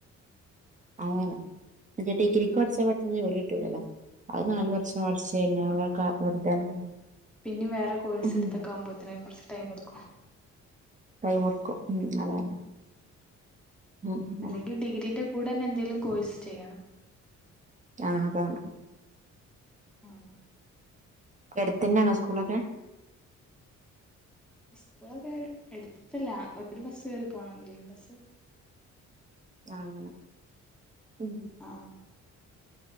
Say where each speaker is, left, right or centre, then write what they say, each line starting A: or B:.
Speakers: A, on the right (about 25°); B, in the centre.
A: അതാണ്
B: ഉം
A: എ ഡിഗ്രിക്ക് പഠിച്ചാ പെട്ടെന്ന് ജോലി കിട്ടൂലല്ലോ അത് നാല് വർഷം പഠിച്ച് കഴിഞ്ഞാ
B: ആ
A: വെക
B: ആ
A: വെറുതെയാണ് പോവാ
B: പിന്നെ വേറെ കോഴ്സ്
A: ഉം
B: എടുത്തൊക്കെ ആവുമ്പോത്തനെ കൊറച്ച് ടൈം എടുക്കും
A: ടൈമെടുക്കും ഉം അതാണ് ഉം
B: അല്ലെങ്കിൽ ഡിഗ്രീന്റെ കൂടെന്നെ എന്തെങ്കലും കോഴ്സ് ചെയ്യണം
A: ആഹ് അതാണ്
B: ഉം
A: ഉ അടുത്തന്നെയാണോ സ്കൂളൊക്കെ
B: ഇവിടെഎടുത്തല്ല ഒരു ബസ് കേയറി പോണം ലൈൻബസ്
A: ആ അങ്ങനെ ഉം
B: ആ